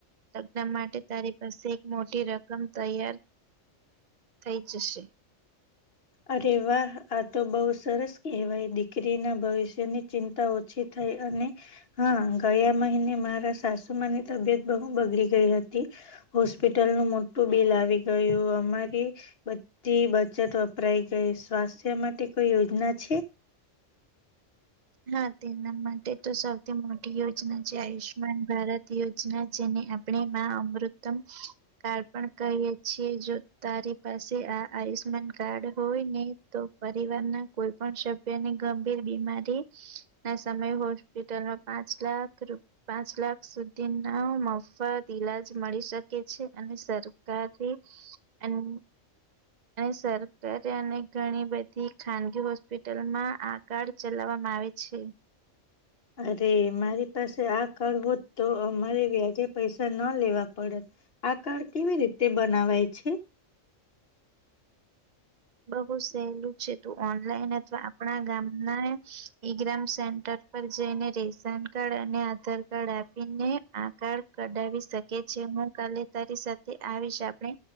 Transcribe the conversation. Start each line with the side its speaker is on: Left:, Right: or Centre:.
Right: લગ્ન માટે તારી પાસે મોટી રકમ તૈયાર થઈ જશે
Left: અરે વાહ આ તો બહુ સરસ કહેવાય દીકરી ના ભવિષ્યની ચિંતા ઓછી થઈ અને હા ગયા મહિને મારા સાસુમાની તબિયત બહુ બગડી ગઈ હતી હોસ્પિટલ નું મોટું બિલ આવી ગયું અમારી બધી બચતો વપરાઈ ગઈ સ્વાસ્થ્ય માટે કોઈ યોજના છે
Right: હા તેના માટે તો સૌથી મોટી યોજના છે આયુષ્યમાન ભારત યોજના જેને આપણે માં અમૃતમ કાર્ડ પણ કહીએ છીએ જો તારી પાસે આ આયુષ્માન કાર્ડ હોય ને તો પરિવાર ના કોઈ પણ સભ્યની ગંભીર બીમારી ના સમયે હોસ્પિટલમાં પાંચ લાખ રૂ પાંચ લાખ સુધી ના મફત ઈલાજ મળી શકે છે અને સરકારી અને અહી સરકારી અને ઘણી બધી ખાનગી હોસ્પિટલમાં આ કાર્ડ ચલાવવા મા આવે છે.
Left: અરે મારી પાસે આ કાર્ડ હોત તો અમારે વ્યાજે પૈસા ન લેવા પડોત આ કાર્ડ કેવી રીતે બનાવાય છે.
Right: બહુ સહેલું છે તું ઓનલાઈન અથવા આપણા ગામનાં ઈગ્રામ સેન્ટર પર જઈને રેશન કાર્ડ અને આધાર કાર્ડ આપીને આ કાર્ડ કઢાવી શકે છે હું કાલે તારી સાથે આવીશ આ નઈ આપણે